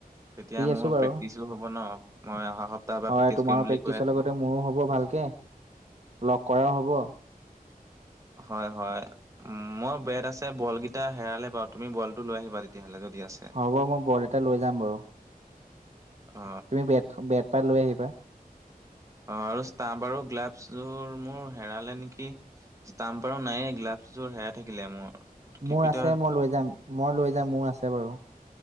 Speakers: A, on the right; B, on the right.
A: তেতিয়া
B: ফ্ৰী
A: মোৰ
B: আছোঁ বাৰু,
A: প্ৰেক্টিচো হ'ব ন মই অহা সপ্তাহৰ পৰা
B: হয়
A: প্ৰেক্টিচ
B: তোমাৰো
A: কৰিম বুলি
B: প্ৰেক্টিচৰ
A: কৈ আছো।
B: লগতে মোৰো হ'ব ভাল কে, লগ কৰাও হ'ব।
A: হয় হয়। উম মই বেট আছে বল কেইটা হেৰালে বাও তুমি বলটো লৈ আহিবা তেতিয়া হ'লে যদি আছে।
B: হ'ব মই বল এটা লৈ যাম বাৰু।
A: অ
B: তুমি বেট বেট পাত লৈ আহিবা।
A: অ আৰু ষ্টাম আৰু গ্লাভছ যোৰ মোৰ হেৰালে নেকি? ষ্টাম্প আৰু নাইয়েই গ্লাভছ যোৰ হেৰাই থাকিলে মোৰ। কিপিটত
B: মোৰ আছে মই লৈ যাম। মই লৈ যাম মোৰ আছে বাৰু।